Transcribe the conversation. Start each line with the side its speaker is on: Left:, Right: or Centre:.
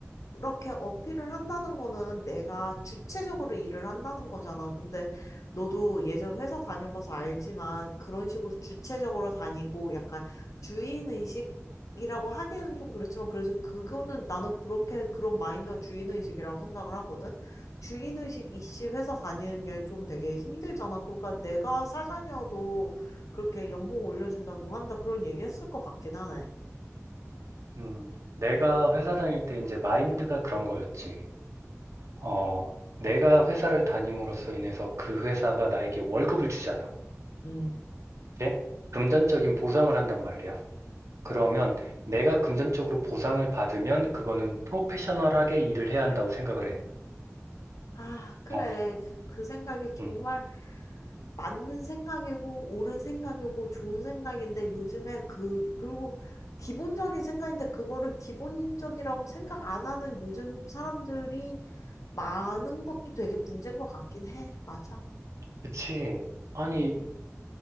Left: 이렇게 어필을 한다는 거는 내가 주체적으로 일을 한다는 거잖아. 근데 너도 예전 회사 다녀봐서 알지만 그런 식으로 주체적으로 다니고 약간 주인의식 이라고 하기에는 좀 그렇지만 그래서 그거는 나는 그렇게 그런 마인드가 주인의식이라고 생각을 하거든. 주인의식 이씨 회사 다니는 게 좀 되게 힘들잖아. 그러니까 내가 사장이어도 그렇게 연봉 올려준다, 뭐 한다, 그런 얘기 했을 것 같긴 하네.
Right: 음, 내가 회사 다닐 때 이제 마인드가 그런 거였지. 어, 내가 회사를 다님으로써 인해서 그 회사가 나에게 월급을 주잖아.
Left: 음.
Right: 네? 금전적인 보상을 한단 말이야. 그러면 내가 금전적으로 보상을 받으면 그거는 프로페셔널하게 일을 해야 한다고 생각을 해.
Left: 아, 그래.
Right: 어?
Left: 그 생각이 정말
Right: 응.
Left: 맞는 생각이고, 옳은 생각이고, 좋은 생각인데, 요즘에 그, 그리고 기본적인 생각인데, 그거를 기본적이라고 생각 안 하는 요즘 사람들이 많은 것도 되게 문제인 것 같긴 해. 맞아.
Right: 그치. 아니,